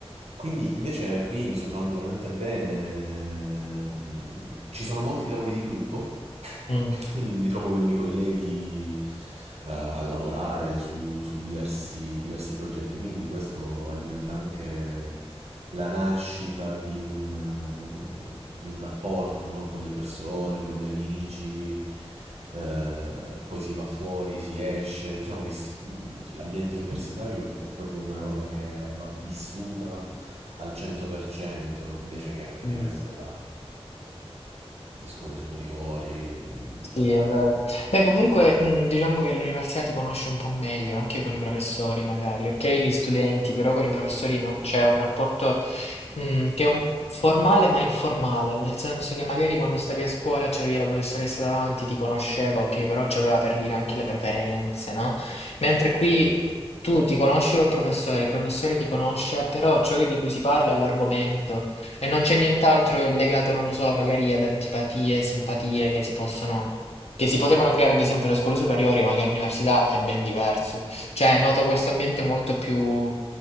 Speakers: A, on the right (about 80°); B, on the left (about 75°).
A: Quindi invece qui mi sto trovando veramente bene. ehm, Ci sono molti lavori di gruppo
B: Mm,
A: quindi mi ritrovo con i miei colleghi eh, a lavorare su, su diversi, diversi progetti, quindi questo alimenta anche la nascita di un, eh, di un rapporto, no? Con le persone, con gli amici, eh, poi si va fuori, si esce, diciamo che si- l'ambiente universitario è proprio una roba che va vissuta al 100%, invece che ovviamente
B: mm.
A: la le scuole superiori. mm, cioè,
B: Sì, è vero. Beh, comunque,
A: mm,
B: mh, diciamo che all'università ti conosci un po' meglio, anche con i professori, magari. Ok, gli studenti, però con i professori non- c'è un rapporto, mh, che è un- formale ma informale, nel senso che magari quando stavi a scuola c'avevi la professoressa davanti, ti conosceva, ok, però c'aveva per dire anche le preferenze, no? Mentre qui
A: Sì.
B: tu ti conosci col professore, il professore ti conosce, però ciò che- di cui si parla è l'argomento. E non c'è nient'altro legato, non lo so, magari ad antipatie, simpatie che si possono che si potevano creare ad esempio le scuole superiori, ma che all'università è ben diverso. Cioè, noto questo ambiente molto più,